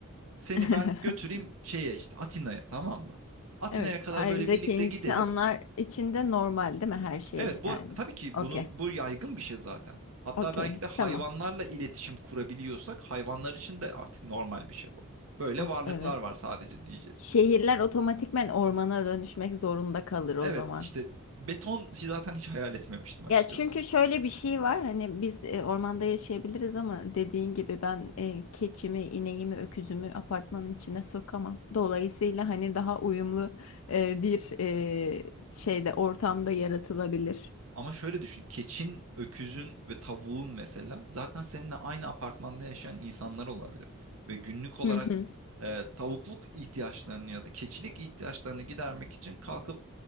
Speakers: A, on the right (about 80°); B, on the left (about 80°).
A: seni
B: <laughs>
A: ben götüreyim şeye işte Atina'ya tamam mı? Atina'ya
B: Evet,
A: kadar
B: sahildeki
A: böyle birlikte
B: insanlar
A: gidelim.
B: içinde normal değil mi her şey
A: Evet bu
B: yani?
A: tabii ki
B: Okey.
A: bunu bu yaygın bir şey zaten. Hatta
B: Okey,
A: belki de hayvanlarla
B: tamam.
A: iletişim kurabiliyorsak hayvanlar için de artık normal bir şey bu. Böyle
B: Of
A: varlıklar
B: evet.
A: var sadece diyeceğiz.
B: Şehirler otomatikmen ormana dönüşmek zorunda kalır o
A: Evet
B: zaman.
A: işte beton zaten hiç hayal etmemiştim açıkçası.
B: Ya çünkü şöyle bir şey var hani biz e, ormanda yaşayabiliriz ama dediğin gibi ben e, keçimi, ineğimi, öküzümü apartmanın içine sokamam. Dolayısıyla hani daha uyumlu e, bir e, şeyde ortamda yaratılabilir.
A: Ama şöyle düşün. Keçin, öküzün ve tavuğun mesela zaten seninle aynı apartmanda yaşayan insanlar olabilir. Ve günlük olarak
B: <laughs>
A: e, tavukluk ihtiyaçlarını ya da keçilik ihtiyaçlarını gidermek için kalkıp